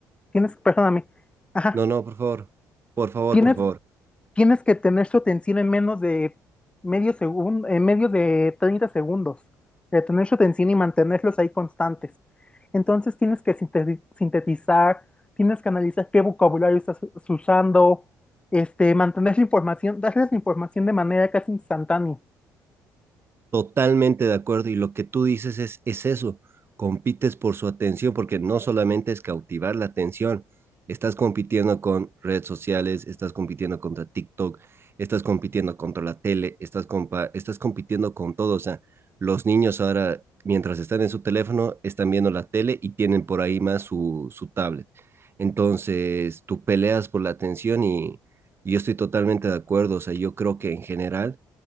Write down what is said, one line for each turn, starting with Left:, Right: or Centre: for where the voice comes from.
Left: tienes, perdóname, ajá,
Right: no, no, por favor, por favor,
Left: tienes
Right: por favor.
Left: Tienes que tener tu atención en menos de medio segundo, en medio de 30 segundos. Retener su atención y mantenerlos ahí constantes. Entonces tienes que sinte- sintetizar, tienes que analizar qué vocabulario estás us- usando, este, mantener la información, darles la información de manera casi instantánea,
Right: Totalmente de acuerdo. Y lo que tú dices es, es eso, compites por su atención, porque no solamente es cautivar la atención, estás compitiendo con redes sociales, estás compitiendo contra TikTok, estás compitiendo contra la tele, estás, compa- estás compitiendo con todo. O sea, los niños ahora, mientras están en su teléfono, están viendo la tele y tienen por ahí más su, su tablet. Entonces, tú peleas por la atención y, y yo estoy totalmente de acuerdo. O sea, yo creo que en general